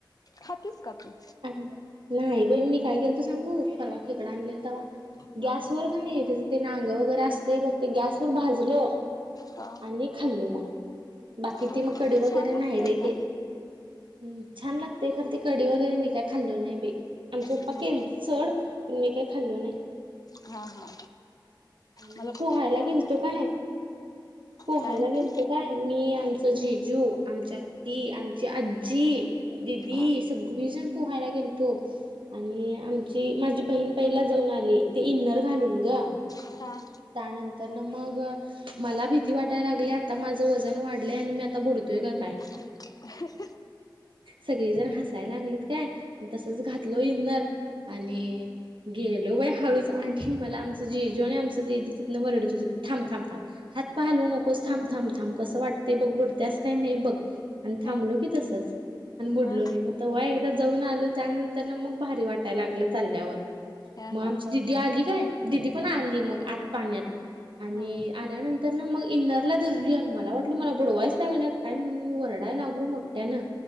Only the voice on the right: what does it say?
नाही बाई मी काय केलतो सांगू परवा खेकडं आणलेल तवा
गॅसवर का नाही त्याचं ते नांग वगैरे असते बघ, ते गॅसवर भाजलं
आणि खाल्लो मग, बाकी
ती मग कडी वगैरे
नाही बाई
ते. हम्म छान लागते खरं ती कडी वगैरे मी काय खाल्लो नाही बी आणि चोप्पा
केलतं. सोड मी काय खाल्लो नाही.
आणि
मी
पोहायला
गेलतो काय? पोहायला
गेलतो. काय मी आमचं जिजू आमची आत्ती, आमची आजी दिदी
सगळीजण पोहायला गेलतो. आणि आमची माझी बहीण पहिला जाऊन आली ते इन्नर घालून गं.
त्यानंतर ना मग मला भीती वाटायला लागली आता माझं वजन वाढलंय आणि मी आता बुडतोय का काय.
सगळी जण हसायला लागलीत काय म तसच घातलो इन्नर. आणि गेलो बाई हळूच आणि मला आमचं जे जो आणि आम <unintelligible> तिथनं ओरडत होते थांब थांब थांब. हात पाय हालवू नकोस थांब, थांब, थांब कसं वाटतंय बघ बुडत्यास का नाय बघ पहिला. आणि थांबलो
की तसंच. आणि बुडलो
नाही मग तव्हा एकदा जाऊन आलो, त्यानंतर ना मग भारी वाटायला लागलं चालल्यावर.
म
आमची दिदी आली काय दिदी पण आली मग आत पाण्यात.
आणि आल्यानंतर ना मग इन्नरला धरली आणि मला वाटलं मला बुडवायच लागल्या. काय म्हणून मी वरडाय लागलो मोठ्यानं.